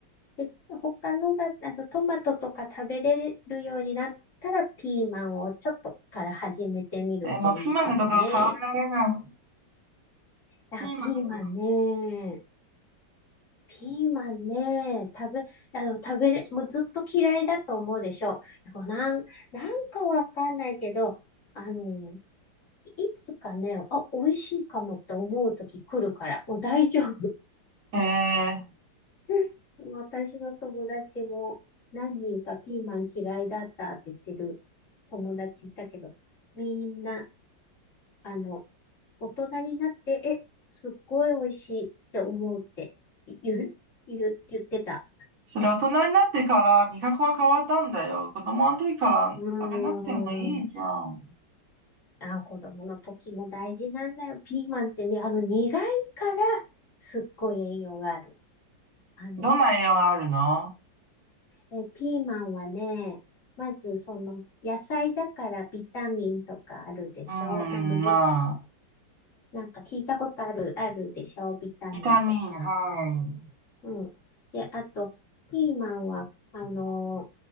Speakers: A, on the left; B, on the right.
A: で、他のが、あの、トマトとか食べれるようになったら、ピーマンをちょっとから始めてみるといいかもね。
B: え、もうピーマンのことを考えられない。
A: あ、
B: ピーマンのことか
A: ピーマンね。ピーマンね。食べ、あの、食べれ、もうずっと嫌いだと思うでしょう。でもなん、なんかわかんないけど、あの、いつかね、あ、美味しいかもって思う時来るから、もう大丈夫。
B: な。えー、
A: <laughs> 私の友達も何人かピーマン嫌いだったって言ってる友達いたけど、みんな、あの、大人になって、え、すっごい美味しいって思うって言う、言う、言ってた。
B: それ大人になってから味覚が変わったんだよ。子供の時から食べなくてもいいじゃん。
A: うーん。あ、子供の時も大事なんだよ。ピーマンってね、あの苦いからすっごい栄養がある。あの、
B: どんな栄養があるの
A: え、ピーマンはね、まずその野菜だからビタミンとかあるでしょまあ、
B: うん、
A: むず、
B: まあ、
A: なんか聞いたことある、あるでしょビタミンとか。
B: ビタミン、はい。
A: うん。で、あと、ピーマンは、あの、